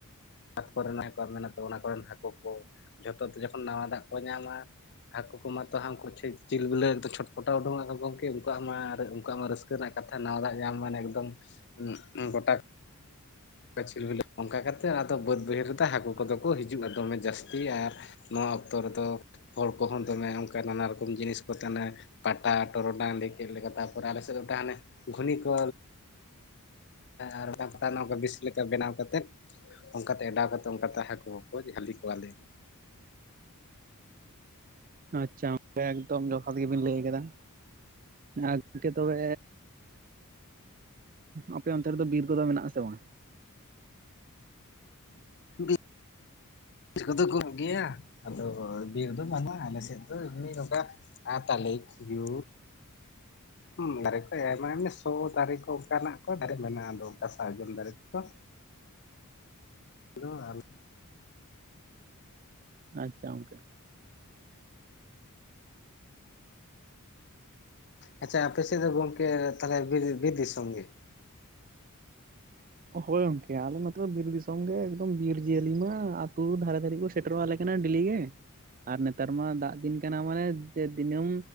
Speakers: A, on the left; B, on the right.
A: ᱵᱟᱛ ᱠᱚᱨᱮᱱᱟᱜ ᱠᱚ ᱢᱮᱱᱟᱜ ᱛᱟᱵᱚᱱᱟ ᱚᱱᱟᱠᱚᱨᱮᱱ ᱦᱟᱹᱠᱳ ᱠᱚ ᱡᱷᱚᱛᱚ ᱡᱚᱠᱷᱚᱱ ᱱᱟᱣᱟ ᱫᱟᱜ ᱠᱚ ᱧᱟᱢᱟ ᱦᱟᱹᱠᱳ ᱠᱚᱢᱟᱛᱚ ᱦᱟᱱᱠᱩ ᱪᱤᱞ ᱵᱤᱞᱮ ᱪᱚᱴᱯᱚᱴᱟᱣ ᱩᱰᱩᱠ ᱟᱠᱟ ᱜᱚᱢᱠᱮ ᱩᱱᱠᱩᱣᱟᱜ ᱢᱟ ᱟᱨ ᱩᱱᱠᱩᱣᱟᱜ ᱢᱟ ᱨᱟᱹᱥᱠ ᱨᱮᱱᱟᱜ ᱠᱟᱛᱷᱟ ᱱᱟᱣᱟ ᱫᱟᱜ ᱧᱟᱢ ᱢᱟᱱᱮ ᱮᱠᱫᱚᱢ ᱜᱚᱴᱟ ᱜ ᱪᱷᱤᱞ ᱵᱤᱞᱟᱹᱜ᱾ᱚᱱᱠᱟ ᱠᱟᱛᱮᱫ ᱟᱫᱚ ᱵᱟᱹᱫᱽ ᱵᱟᱹᱭᱦᱟᱹᱲ ᱨᱮᱫᱚ ᱦᱟᱹᱠᱳ ᱠᱚᱫᱚ ᱠᱚ ᱦᱤᱡᱩᱜᱼᱟ ᱫᱚᱢᱮ ᱡᱟᱹᱥᱛᱤ ᱟᱨ ᱱᱚᱣᱟ ᱚᱠᱛᱚ ᱨᱮᱫᱚ ᱦᱚᱲ ᱠᱚᱦᱚᱸ ᱫᱚᱢᱮ ᱚᱱᱠᱟ ᱱᱟᱱᱟ ᱨᱚᱠᱚᱢ ᱡᱤᱱᱤᱥ ᱠᱚ ᱯᱟᱴᱟ ᱴᱚᱨᱚᱰᱟᱝ ᱞᱮ ᱠᱮᱫ ᱞᱮᱠᱟ ᱛᱟᱨᱯᱚᱨ ᱟᱞᱮᱥᱮᱫ ᱫᱚ ᱦᱟᱱᱮ ᱜᱷᱩᱱᱤ ᱠᱚ ᱟᱨ ᱯᱟᱴᱟ <inaudible> ᱵᱮᱥ ᱞᱮᱠᱟ ᱵᱮᱱᱟᱣ ᱠᱟᱛᱮᱫ ᱚᱱᱠᱟᱛᱮ ᱚᱰᱟᱣ ᱠᱟᱛᱮ ᱚᱱᱠᱟᱛᱮ ᱦᱟᱠᱳ ᱦᱚᱸᱠᱚ ᱡᱟᱹᱞᱤ ᱠᱚᱣᱟᱞᱮ᱾
B: ᱟᱪᱪᱷᱟ᱾ ᱮᱠᱫᱚᱢ ᱡᱚᱛᱷᱟᱛ ᱜᱮ ᱵᱤᱱ ᱞᱟᱹᱭ ᱠᱟᱫᱟ ᱟ ᱜᱚᱢᱠᱮ ᱛᱚᱵᱮ ᱟᱯᱮ ᱚᱱᱛᱮ ᱨᱮᱫᱚ ᱵᱤᱨ ᱠᱚᱫᱚ ᱢᱮᱱᱟᱜ ᱟᱥᱮ ᱵᱟᱝ?
A: <unintelligible> ᱵᱤᱨ ᱠᱚᱫᱚ ᱠᱚᱢᱚᱜ ᱜᱮᱭᱟ ᱟᱫᱚ ᱵᱤᱨ ᱫᱚ ᱵᱟᱹᱱᱩᱜᱼᱟ ᱟᱞᱮ ᱥᱮᱫ ᱫᱚ ᱮᱢᱱᱤ ᱱᱚᱝᱠᱟ ᱟᱨ ᱛᱟᱞᱮ ᱠᱷᱤᱡᱩᱨ ᱦᱮᱸ ᱫᱟᱨᱮ ᱠᱚ ᱟᱭᱢᱟ ᱥᱚ ᱫᱟᱨᱮ ᱠᱚ ᱚᱱᱠᱟᱱᱟᱜ ᱠᱚ ᱫᱟᱨᱮ ᱢᱮᱱᱟᱜᱼᱟ ᱟᱫᱚ ᱚᱱᱠᱟ ᱥᱟᱨᱡᱚᱢ ᱫᱟᱨᱮ ᱠᱚᱫᱚ ᱦᱮᱞᱳ
B: ᱟᱪᱪᱷᱟ ᱜᱚᱝᱠᱮ
A: ᱟᱪᱪᱷᱟ ᱟᱯᱮ ᱥᱮᱫ ᱫᱚ ᱜᱚᱝᱠᱮ ᱛᱟᱦᱚᱞᱮ ᱵᱤᱨ ᱵᱤᱨ ᱫᱤᱥᱚᱢ ᱜᱮ
B: ᱦᱳᱭ ᱜᱚᱝᱠᱮ ᱟᱞᱮ ᱱᱚᱛᱮ ᱫᱚ ᱵᱤᱨ ᱫᱤᱥᱚᱢ ᱜᱮ ᱮᱠᱫᱚᱢ ᱵᱤᱨ ᱡᱤᱭᱟᱹᱞᱤ ᱢᱟ ᱟᱹᱛᱩ ᱫᱷᱟᱨᱮ ᱫᱷᱟᱨᱮ ᱠᱚ ᱥᱮᱴᱮᱨᱟᱞᱮ ᱠᱟᱱᱟ ᱰᱮᱞᱤ ᱜᱮ ᱟᱨ ᱱᱮᱛᱟᱨ ᱢᱟ ᱫᱟᱜ ᱫᱤᱱ ᱠᱟᱱᱟ ᱢᱟᱱᱮ ᱫᱤᱱᱟᱹᱢ